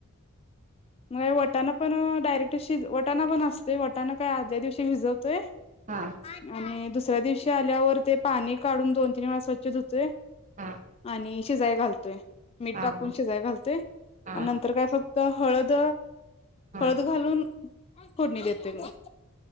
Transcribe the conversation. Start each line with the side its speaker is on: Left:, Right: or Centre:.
Left: म हे वटांना पण डायरेक्ट शि वटाना पण असतोय, वटाणा काय आदल्या दिवशी भिजवतोय.
Right: हा हा
Left: आणि दुसऱ्या दिवशी आल्यावर ते पाणी काढून दोन, तीन, वेळा स्वच्छ धुतोय.
Right: हा
Left: आणि शिजाय घालतोय मीठ
Right: हा
Left: टाकून शिजाय घालतोय
Right: हा
Left: नंतर काय फक हळद,
Right: हा
Left: हळद घालून फोडणी देते मग